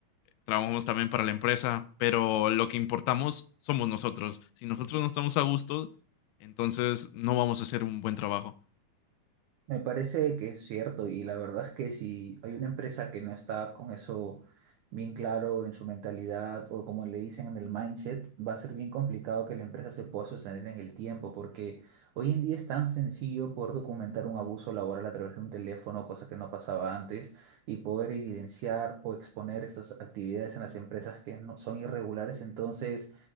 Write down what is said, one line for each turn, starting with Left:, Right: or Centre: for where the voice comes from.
Left: trabajamos también para la empresa, pero lo que importamos somos nosotros. Si nosotros no estamos a gusto, entonces no vamos a hacer un buen trabajo.
Right: Me parece que es cierto y la verdad es que si hay una empresa que no está con eso bien claro en su mentalidad o como le dicen en el mindset, va a ser bien complicado que la empresa se pueda sostener en el tiempo porque hoy en día es tan sencillo poder documentar un abuso laboral a través de un teléfono, cosa que no pasaba antes, y poder evidenciar o exponer estas actividades en las empresas que no son irregulares. Entonces